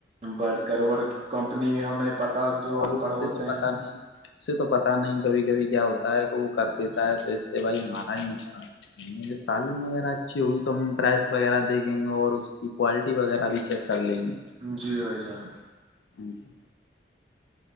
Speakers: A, on the right (about 35°); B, on the left (about 85°).
A: بڑھ کر اور کمپنی ہمیں پتا جو
B: اور
A: ان پڑھ ہوتے
B: تو پتا
A: ہیں
B: نہیں اس سے تو پتا نہیں کبھی کبھی کیا ہوتا ہے کہ وہ کر دیتا ہے تو اس سے بھائی ہمارا ہی نقصان تعلیم وغیرہ اچھی ہوگی تو ہم پرائز وغیرہ دیکھیں گے اور اس کی کوالٹی وغیرہ بھی چیک کر لیں گے
A: جیو جان
B: ا سر